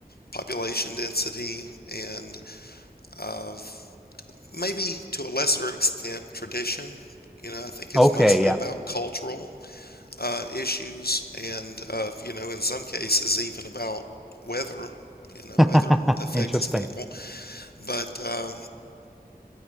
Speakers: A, on the left; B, in the centre.
A: population density and uh, maybe to a lesser extent tradition. You know, I think
B: okay,
A: it's mostly
B: yeah.
A: about cultural uh, issues and, uh, you know, in some cases, even about weather. You know,
B: <laughs>
A: weather affects
B: Interesting.
A: people. But um,